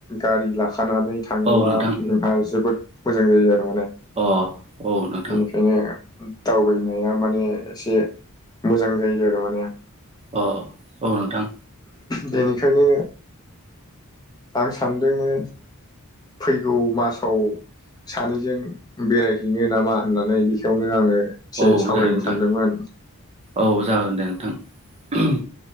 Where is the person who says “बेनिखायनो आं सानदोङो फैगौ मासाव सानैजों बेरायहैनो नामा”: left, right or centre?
Left